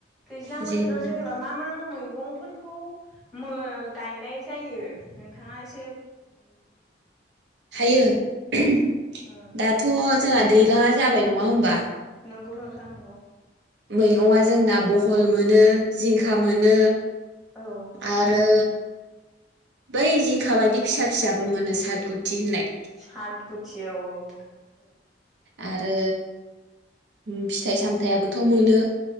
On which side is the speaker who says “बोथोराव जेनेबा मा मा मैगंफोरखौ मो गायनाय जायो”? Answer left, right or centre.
Centre